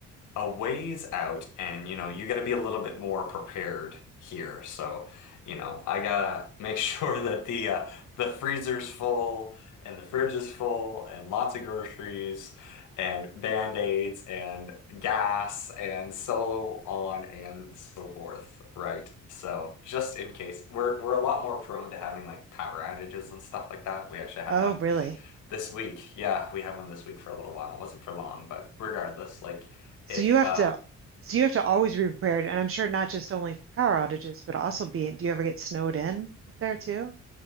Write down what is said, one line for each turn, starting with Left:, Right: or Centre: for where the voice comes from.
Left: a ways out and you know, you gotta be a little bit more prepared here. So, you know, I gotta <laughs> make sure that the uh, the freezer's full and the fridge is full and lots of groceries and band-aids and gas and solo on and so forth, right? So, just in case we're we're a lot more prone to having like power outages and stuff like that. We actually had
Right: Oh,
Left: one
Right: really?
Left: this week, yeah, we had one this week for a little while. It wasn't for long, but regardless, like
Right: So
Left: if
Right: you have
Left: uh
Right: to so you have to always be prepared, and I'm sure not just only for power outages, but also be, do you ever get snowed in up there too?